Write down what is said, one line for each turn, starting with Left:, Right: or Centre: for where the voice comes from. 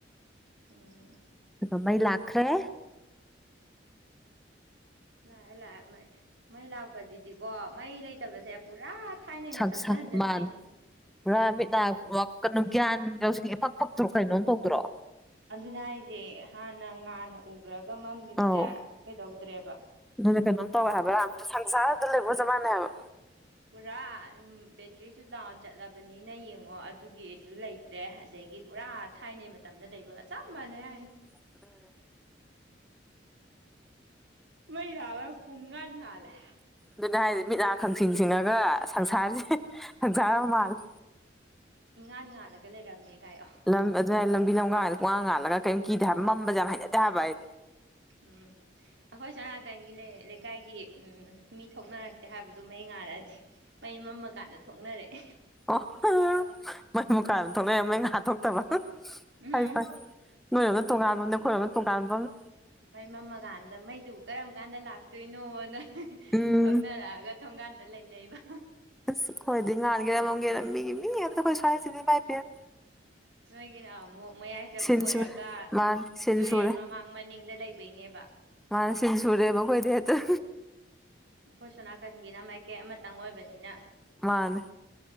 Right: ꯎꯝ
Centre: ꯑꯗꯨꯒ ꯃꯩ ꯂꯥꯛꯈ꯭ꯔꯦ
Right: ꯂꯥꯛꯑꯦ ꯂꯥꯛꯑꯦ ꯃꯩ ꯃꯩ ꯂꯥꯛꯄꯁꯤꯗꯤꯀꯣ ꯃꯩ ꯂꯩꯇꯕꯁꯦ ꯄꯨꯔꯥ ꯊꯥꯏꯅꯩ
Centre: ꯁꯪꯁꯥ
Right: ꯃꯇꯝꯗ ꯍꯟꯖꯤꯟꯕꯤꯅꯤ
Centre: ꯃꯥꯅꯦ ꯄꯨꯔꯥ ꯃꯤꯠꯅꯥ ꯀꯩꯅꯣ ꯒ꯭ꯌꯥꯟ ꯂꯧꯁꯤꯡ ꯏꯐꯛ ꯐꯛꯇ꯭ꯔꯣ ꯀꯩꯅꯣꯝ ꯇꯧꯗ꯭ꯔꯣ
Right: ꯑꯗꯨꯅ ꯍꯥꯏꯁꯦ ꯍꯥꯟꯅ ꯉꯥꯟꯅ ꯎꯒ꯭ꯔꯒ ꯃꯝꯒꯤꯕꯁꯦ
Centre: ꯑꯧ
Right: ꯀꯩꯗꯧꯗ꯭ꯔꯦꯕ
Centre: ꯑꯗꯨꯅ ꯀꯩꯅꯣꯝ ꯇꯧꯔ ꯍꯥꯏꯕ ꯁꯪꯁꯥꯔ ꯑꯃꯗ ꯂꯩꯕꯒꯆꯞꯃꯥꯟꯅꯦ ꯍꯥꯏꯕ
Right: ꯄꯨꯔꯥ ꯕꯦꯇ꯭ꯔꯤꯁꯨ ꯗꯥꯎꯟ ꯆꯠꯂꯕꯅꯤꯅ ꯌꯦꯡꯉꯣ ꯑꯗꯨꯒꯤꯁꯨ ꯂꯩ ꯇꯔꯦ ꯑꯗꯒꯤ ꯄꯨꯔꯥ ꯊꯥꯏꯅꯩ ꯃꯇꯝꯗ ꯂꯩꯕꯒ ꯆꯞ ꯃꯥꯟꯅꯦ ꯍꯥꯏ
Centre: <inaudible>
Right: ꯃꯩ ꯂꯕ ꯄꯨꯡꯉꯟ ꯉꯜꯂꯦ
Centre: ꯑꯗꯨꯅꯦ ꯍꯥꯏꯗꯤ ꯃꯤꯠꯅꯥ ꯈꯪꯁꯤꯡ ꯁꯤꯡꯉꯒ ꯁꯪꯁꯥꯔꯁꯦ ꯁꯪꯁꯥꯔ ꯃꯥꯜꯂꯦ
Right: ꯏꯉꯥꯟ ꯉꯥꯜꯂꯒ ꯂꯩꯔꯝꯃꯦ ꯀꯥꯏꯌꯣ
Centre: ꯂꯝ ꯑꯗꯨꯋꯥꯏ ꯂꯝꯕꯤ ꯂꯝꯀꯗ ꯄꯨꯡꯉꯥꯡ ꯉꯥꯜꯂ ꯀꯩꯝ ꯀꯤꯗꯦ ꯍꯥꯏꯕ ꯃꯝꯕꯁꯦ ꯌꯥꯝ ꯍꯩꯅꯗꯦ ꯍꯥꯏꯕ ꯑꯩ
Right: ꯎꯝ ꯑꯩꯈꯣꯏ ꯁꯣꯅꯥꯀꯟꯒꯤ ꯂꯩꯀꯥꯏꯒꯤ ꯃꯤ ꯎꯝ ꯊꯣꯛꯅꯔꯛꯇꯦ ꯍꯥꯏꯕꯗꯨ ꯃꯩ ꯉꯥꯟꯂꯗꯤ ꯃꯩ ꯃꯝꯃꯀꯥꯟꯗ ꯊꯣꯛꯅꯔꯑꯦ
Centre: ꯑꯣꯍꯣ ꯃꯝꯃ ꯀꯥꯟ ꯊꯣꯛꯂꯑꯦ ꯃꯩ ꯉꯥꯟ ꯊꯣꯛ ꯇꯕ
Right: ꯎꯝ
Centre: ꯐꯩ ꯐꯩ ꯅꯣꯏꯔꯣꯝꯗ ꯇꯣꯉꯥꯟꯕ ꯑꯝꯅꯤ ꯑꯩꯈꯣꯏꯔꯣꯝꯗ ꯇꯣꯉꯥꯟꯕ ꯑꯝꯅꯤ
Right: ꯃꯩ ꯃꯝꯃꯀꯥꯟꯗ ꯃꯩꯗꯨꯕꯨ ꯀꯔꯝ ꯀꯥꯟꯗ ꯂꯥꯛꯇꯣꯏꯅꯣꯅ
Centre: ꯎꯝ
Right: ꯁꯧꯅꯔꯛꯑꯒ ꯊꯣꯡꯒꯥꯟꯗ ꯂꯩꯅꯩꯕ
Centre: ꯑꯁ ꯑꯩꯈꯣꯏꯗꯤ ꯉꯥꯟꯒꯦꯔꯥ ꯃꯝꯒꯦꯔꯥ ꯃꯤꯒꯤ ꯃꯤ ꯉꯥꯛꯇ ꯑꯩꯈꯣꯏ ꯁ꯭ꯋꯥꯏꯁꯤꯗꯤ ꯏꯃꯥꯏ ꯄꯦꯝꯃ
Right: ꯅꯣꯏꯒꯤꯅ ꯑꯃꯨꯛ ꯃꯌꯥꯏ ꯆꯕꯨꯛ
Centre: ꯁꯤꯟ
Right: ꯑꯣꯏꯔꯒ
Centre: ꯁꯨꯔꯦ ꯃꯥꯅꯦ ꯁꯤꯟ
Right: ꯇꯨꯔꯦꯜ
Centre: ꯁꯨꯔꯦ
Right: ꯃꯃꯥꯡ ꯃꯅꯤꯡꯗ ꯂꯩꯕꯩꯅꯦꯕ
Centre: ꯃꯥꯅꯦ ꯁꯤꯟ ꯁꯨꯔꯦꯕ ꯑꯩꯈꯣꯏꯗꯤ ꯍꯦꯛꯇ
Right: ꯑꯩꯈꯣꯏ ꯁꯣꯅꯥꯀꯟꯒꯤꯅ ꯃꯥꯏꯀꯩ ꯑꯃꯇꯪ ꯑꯣꯏꯕꯅꯤꯅ
Centre: ꯃꯥꯅꯦ